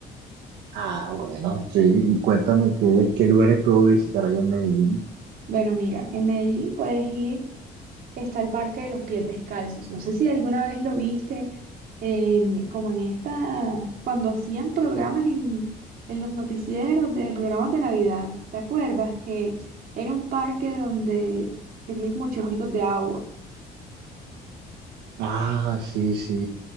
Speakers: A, on the right; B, on the right.
A: Ah, bueno, sí, cuéntame qué, qué lugares puedo visitar allá en Medellín.
B: Bueno, mira, en Medellín puedes ir, está el Parque de los Pies Descalzos. No sé si alguna vez lo viste en- como en esta, cuando hacían programas en, en los noticieros de programas de Navidad. ¿Te acuerdas que era un parque donde que tiene como chorritos de agua?
A: Ah, sí, sí.